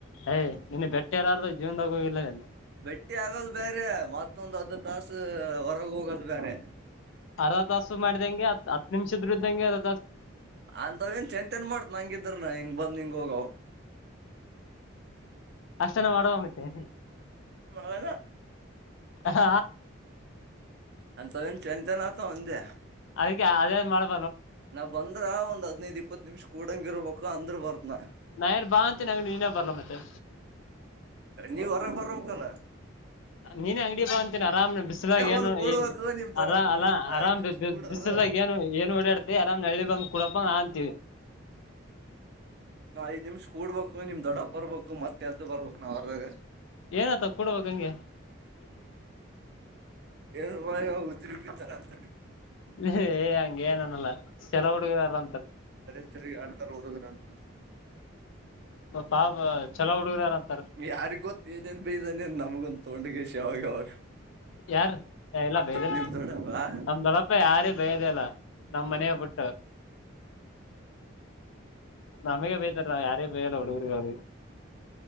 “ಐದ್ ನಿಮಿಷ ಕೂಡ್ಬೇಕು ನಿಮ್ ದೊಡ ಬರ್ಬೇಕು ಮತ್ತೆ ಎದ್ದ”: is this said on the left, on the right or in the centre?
Right